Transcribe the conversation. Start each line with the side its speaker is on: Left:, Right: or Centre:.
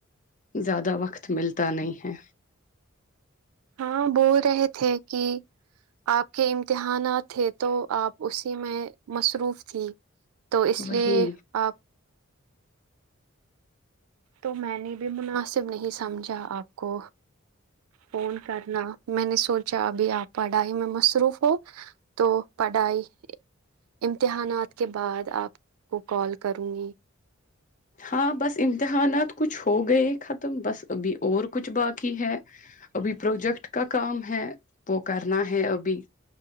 Left: زیادہ وقت ملتا نہیں ہے
Right: ہاں بول رہے تھے تھے کہ آپ کے امتحانات تھے تو آپ اسی میں مصروف تھی تو اس
Left: وہی
Right: لیے آپ تو میں نے بھی مناسب نہیں سمجھا آپ کو فون کرنا میں نے سوچا ابھی آپ پڑھائی میں مصروف ہو تو پڑھائی امتحانات کے بعد آپ کو کال کروں گی
Left: ہاں بس امتحانات کچھ ہو گئے ختم بس ابھی اور کچھ باقی ہے ابھی پروجیکٹ کا کام ہے وہ کرنا ہے ابھی